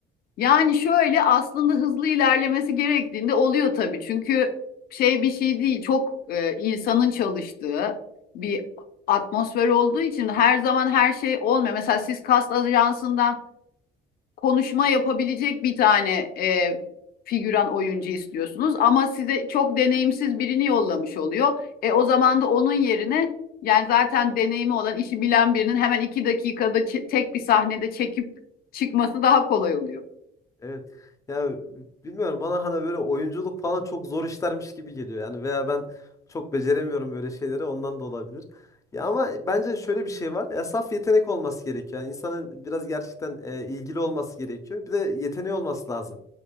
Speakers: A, on the left (about 60°); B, on the left (about 20°).
A: Yani şöyle aslında hızlı ilerlemesi gerektiğinde oluyor tabii. Çünkü şey bir şey değil çok e, insanın çalıştığı bir atmosfer olduğu için her zaman her şey olmuyor. Mesela siz kast ajansından konuşma yapabilecek bir tane e, figüran oyuncu istiyorsunuz ama size çok deneyimsiz birini yollamış oluyor. E, o zaman da onun yerine yani zaten deneyimi olan işi bilen birinin hemen iki dakikada çe- tek bir sahnede çekip çıkması daha kolay oluyor.
B: Evet. Ya bilmiyorum bana hani böyle oyunculuk falan çok zor işlermiş gibi geliyor. Yani veya ben çok beceremiyorum böyle şeyleri ondan da olabilir. Ya ama bence şöyle bir şey var. Ya saf yetenek olması gerekiyor. Yani insanın biraz gerçekten e, ilgili olması gerekiyor. Bir de yeteneği olması lazım.